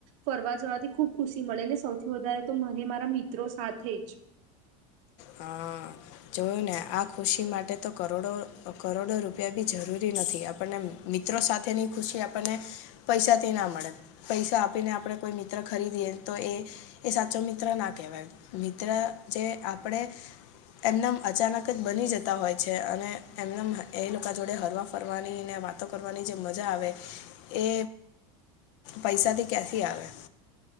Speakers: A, on the right; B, on the left.
A: ફરવા જવાથી ખુબ ખુશી મળે ને સૌથી વધારે તો મને મારા મિત્રો સાથે જ
B: હા જોયુંને આ ખુશી માટે તો કરોડો કરોડો રૂપિયા બી જરૂરી નથી આપણને મિત્રો સાથેની ખુશી આપણને પૈસાથી ના મળે પૈસા આપીને આપણે કોઈ મિત્ર ખરીદીએ તો એ એ સાચો મિત્ર ના કેહેવાય મિત્ર જે આપણે એમનામ અચાનક જ બની જતા હોય છે અને એમને એ લોકો જોડે હરવા ફરવાની ને વાતો કરવાની જે મજા આવે એ પૈસાથી ક્યાંથી આવે